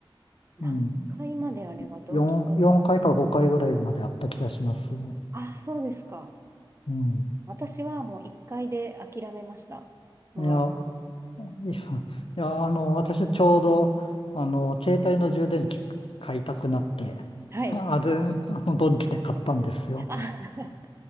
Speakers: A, on the right (about 30°); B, on the left (about 80°).
A: 何階まであれはドン・
B: うん。4、
A: キホーテな。
B: 4回か5回ぐらいまであった気がします。
A: ああ、そうですか。
B: うん。
A: 私はもう1階で諦めました。も
B: いや、<laughs> いや、いや、あの、私ちょうど、あの、携帯の充電器買いたくなって、
A: う、はい。
B: あれ、あの、ドンキで買ったんですよ。
A: あ、